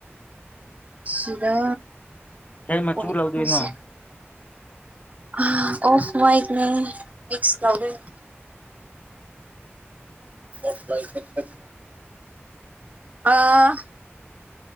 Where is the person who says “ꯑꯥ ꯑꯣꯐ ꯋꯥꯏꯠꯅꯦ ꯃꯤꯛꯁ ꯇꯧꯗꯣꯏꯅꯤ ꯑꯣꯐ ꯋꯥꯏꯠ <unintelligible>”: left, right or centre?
Right